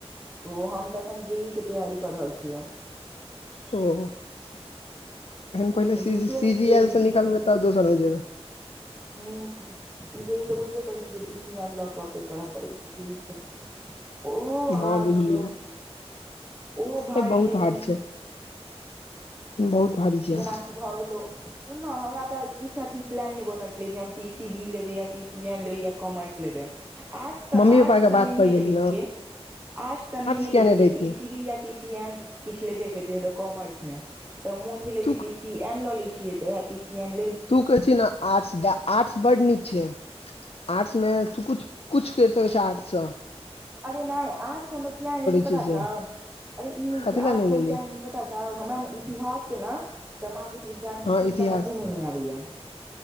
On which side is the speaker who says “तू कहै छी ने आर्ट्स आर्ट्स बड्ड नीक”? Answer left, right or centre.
Left